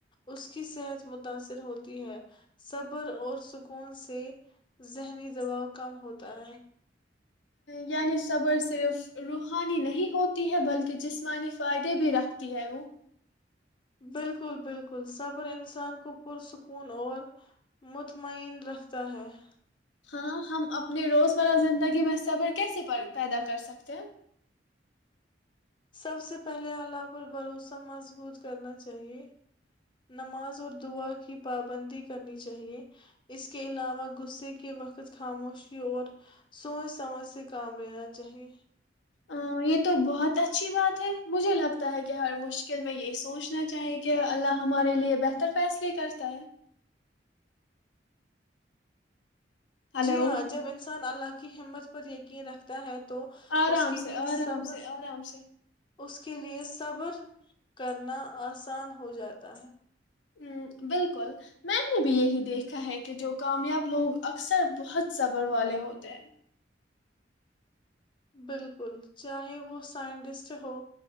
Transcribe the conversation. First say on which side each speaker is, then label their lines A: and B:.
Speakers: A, on the left; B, on the left.
A: اس کی صحت متاثر ہوتی ہے صبر اور سکون سے ذہنی دباؤ کم ہوتا ہے
B: یعنی صبر صرف روحانی نہیں ہوتی ہے بلکہ جسمانی فائدے بھی رکھتی ہے وہ
A: <inaudible>
B: ہاں ہم اپنے روزمرہ زندگی میں صبر کیسے پیدا کر سکتے ہیں
A: سب سے پہلے الہ پر بھروسہ مضبوط کرنا چاہیے نماز اور دعا کی پابندی کرنی چاہیے اس کے علاوہ غصے کے وقت خاموشی اور سوچ سمجھ سے کام لینا چاہیے
B: ا یہ تو بہت اچھی بات ہے مجھے لگتا ہے کہ ہر مشکل میں یہ سوچنا چاہیے کہ اللہ ہمارے لیے بہتر فیصلے کرتا ہے ہلو
A: جی ہاں جب انسان اللہ کی ہمت پر یقین رکھتا ہے تو
B: آرام
A: اس کے
B: سے
A: لیے صبر
B: آرام سے آرام سے
A: اس کے لیئے صبر کرنا آسان ہو جاتا ہے
B: ہ بالکل میں نے بھی یہی دیکھا ہے کہ جو کامیاب لوگ اکثر بہت صبر والے ہوتے ہیں
A: بالکل چاہے وہ سائنٹسٹ ہو